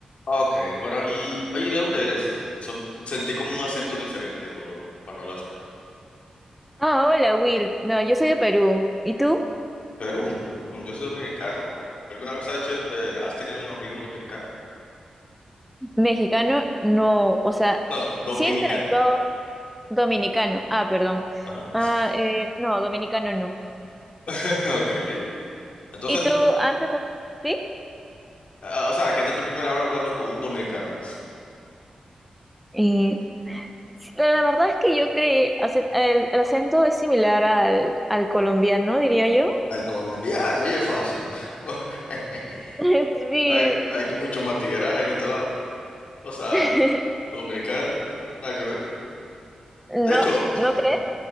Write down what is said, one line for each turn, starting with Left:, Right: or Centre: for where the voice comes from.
Left: Ah, Ok, bueno, y oye, ¿de dónde eres? Son- sentí como un acento diferente cuando, cuando hablaste.
Centre: Ah, hola Will. No, yo soy de Perú. ¿Y tú?
Left: Perú, Mm, yo soy dominicano. ¿Alguna vez has, hecho- eh, has tenido un amigo dominicano?
Centre: Mexicano, no. O sea,
Left: No, no, dominicano.
Centre: sí he interactuado dominicano. Ah, perdón.
Left: Ajá.
Centre: Ah, eh, no, dominicano no.
Left: <laughs> Ok. Entonces,
Centre: ¿Y tú
Left: tu pr-
Centre: antes? has- ¿Sí?
Left: ah, o sea, que esta es tu primera vez hablando con un dominicano.
Centre: Y la, la verdad es que yo creí, ace- el, el acento es similar al, al colombiano, diría yo.
Left: Al colombiano, y es fácil. <laughs>
Centre: <laughs> Sí.
Left: Hay, hay mucho más tigueraje en este lado. O sea,
Centre: <laughs>
Left: dominicano, nada que ver.
Centre: ¿No?
Left: De hecho,
Centre: ¿No
Left: <laughs>
Centre: crees?